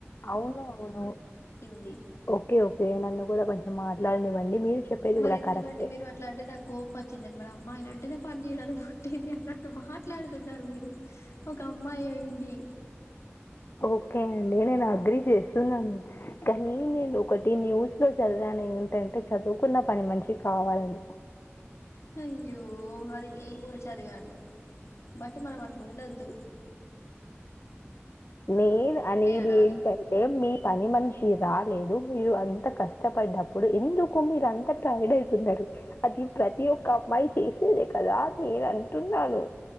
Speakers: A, on the left; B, on the left.
A: అవును అవును
B: ఉంది
A: ఓకే ఓకే నన్ను కూడా కొంచెం మాట్లాడినివ్వండి మీరు చెప్పేది
B: మరి
A: కూడా
B: ఎందుకండి
A: కరెక్టే
B: మీరు అట్లా అంటే నాకు కోపం వచ్చిందండి మరి అమ్మాయిలంట్ టేనే పని చేయడానికి పుట్టింది అన్నట్టు మాట్లాడుతున్నారు మీరు ఒక అమ్మాయి అయి ఉండి
A: ఓకే అండి నేను ఆ చేస్తున్నాను కానీ నేను ఒకటి న్యూస్ లో చదివాను ఏంటంటే చదువుకున్న పని మనిష్ షి కావాలని
B: అయ్యో అది నేన్ కూడా చదివాను బట్ మనం అట్లుండోద్దు
A: నెన్ అనేది
B: అనాలి
A: ఏంటంటే మీ పని మనిషి రాలేదు మీరు అంత కష్టపడ్డప్పుడు ఎందుకు మీరు అంత టైడ్ అయితున్నారు అది ప్రతి ఒక్క అమ్మాయి చేసేదే కదా నేను అంటున్నాను